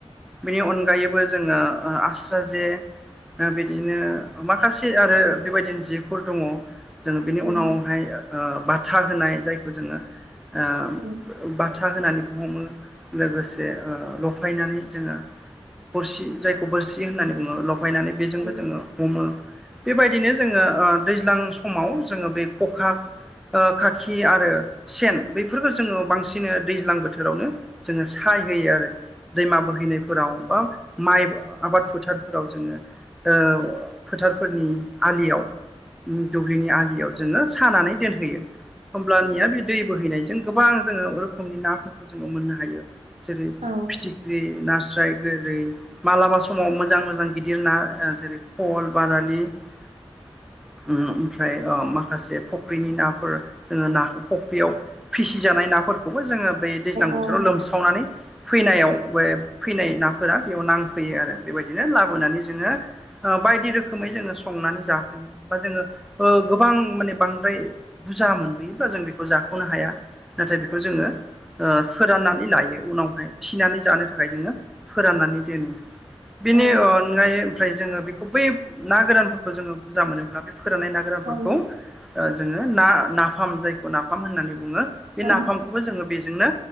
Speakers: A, in the centre; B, on the right (about 80°).
A: बिनि अनगायैबो जोङो आस्रा जे बिदिनो माखासे आरो बेबायदिनो जेफोर दङ जोङो
B: औ
A: बिनि उनावहाय बाथा ओ होनाय जायखौ जोङो ओ
B: औ
A: बाथा होनानै हमो लोगोसे ओ लफायनानै जोङो बोरसि जायखौ बोरसि होननानै बुङो लफायनानै बेजोंबो
B: औ
A: जोङो हमो बेबायदिनो जोङो ओ दैज्लां समाव जोङो बे खखा ओ खाखि आरो सेन बेफोरखौ जोङो बांसिनै दैज्लां बोथोरावनो जोङो सा यहोयो आरो दैमा बोहैनायफोराव बा माइ आबाद फो थारफोराव जोङो ओ फोथारफोरनि आलियाव उम दुब्लिनि आलियाव जोङो सानानै दोनहोयो होमब्लानिया बे दै बोहैनायजों गोबां जोङो रोखोमनि नाफोरखौ जोङो मोननो हायो जेरै
B: औ
A: फिथिख्रि नास्राय गोरै मालाबा समाव मोजां मोजां गिदिर ना ओ जेरै खल बारालि उम ओमफ्राय ओ माखासे फख्रिनि नाफोर जोङो नाखो फख्रियाव फिसिजानाय नाफोरखौबो जोङो बै दैज्लां बोथोराव
B: औ
A: लोमस्रावनानै फैनायाव बे फैनाय नाफोरा बेयाव नांफैयो आरो बेबायदिनो लाबोनानै जोङो ओ बायदि रोखोमै जोङो संनानै जाफैयो बा जोङो ओ गोबां माने बांद्राय बुरजा मोनबोयोब्ला जों बेखौ जाख'नो हाया नाथाय बेखौ जोङो ओ फोराननानै लायो उनावहाय थिना जानो थाखाय जोङो फोराननानै दोनो बेनि
B: औ
A: अनगायै ओमफ्राय जोङो बेखौ बै ना गोरानफोरखौ जोङो बुजा मोनोब्ला बे फोराननाय ना गोरानफोरखौ
B: औ
A: ओ जोङो ना नाफाम जायखौ नाफाम होननानै बुङो बे
B: औ
A: नाफामखौबो जोङो बेजोंनो